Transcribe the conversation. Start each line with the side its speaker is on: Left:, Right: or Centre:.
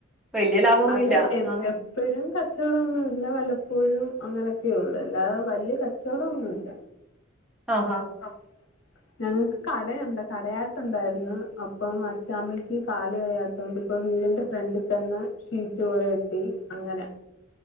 Centre: വലിയ ലാഭമൊന്നും
Left: അത്
Centre: ഇല്ല
Left: എം
Centre: ആ
Left: എപ്പ പ്പഴും കച്ചവടടൊന്നുംല്ല വല്ലപ്പോഴും അങ്ങനെയൊക്കെയൊള്ളൂ അല്ലാതെ വലിയ കച്ചവടം ഒന്നുല്ല.
Centre: ആഹ്
Left: അ ഞങ്ങൾക്ക് കടയുണ്ട് കടയാട്ടുണ്ടായിരുന്നു അപ്പം അച്ചാമ്മക്ക് കാല് വെയാ തോണ്ട് വീടിന്റെ ഫ്രണ്ടിതന്നെ ഷീറ്റ് പോലേട്ടി അങ്ങനെ